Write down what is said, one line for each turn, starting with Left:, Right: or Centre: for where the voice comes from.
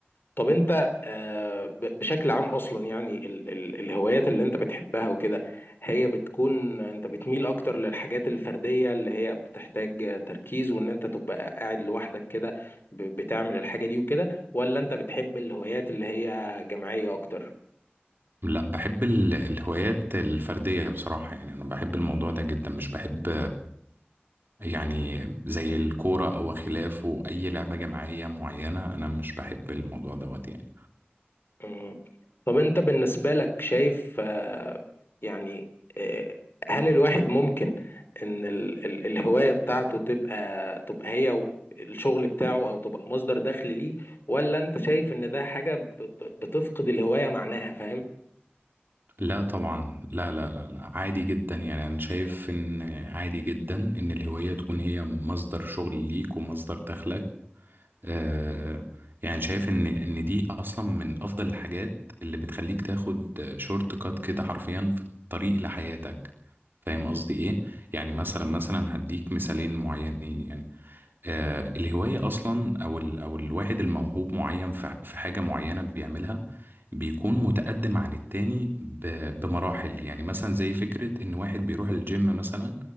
Left: طب أنت آه، ب- بشكل عام أصلا يعني ال ال الهوايات اللي أنت بتحبها وكده هي بتكون أنت بتميل أكتر للحاجات الفردية اللي هي بتحتاج تركيز وإن أنت تبقى قاعد لوحدك كده ب- بتعمل الحاجة دي وكده ولا أنت بتحب الهوايات اللي هي جماعية أكتر؟
Right: لا بحب ال- الهوايات الفردية بصراحة يعني أنا بحب الموضوع ده جدا مش بحب يعني زي الكورة أو خلافه أي لعبة جماعية معينة أنا مش بحب الموضوع دوت يعني
Left: مم. طب انت بالنسبة لك شايف آه، يعني آه، هل الواحد ممكن ان ال ال الهواية بتاعته تبقى تبقى هي و- الشغل بتاعه او تبقى مصدر دخل ليه ولا انت شايف ان ده حاجة ب- ب- بتفقد الهواية معناها فاهم؟
Right: لا طبعا لا لا لا لا. عادي جدا يعني أنا شايف إن عادي جدا إن الهواية تكون هي مصدر شغل ليك ومصدر دخلك آه يعني شايف إن إن دي أصلا من أفضل الحاجات اللي بتخليك تاخد شورت كات كده حرفيا في الطريق لحياتك فاهم قصدي إيه؟ يعني مثلا مثلا هديك مثالين معينين يعني آه، الهواية أصلا أو ال أو الواحد الموهوب معين في في حاجة معينة بيعملها بيكون متقدم عن التاني ب- بمراحل يعني مثلا زي فكرة إن واحد بيروح الجيم مثلا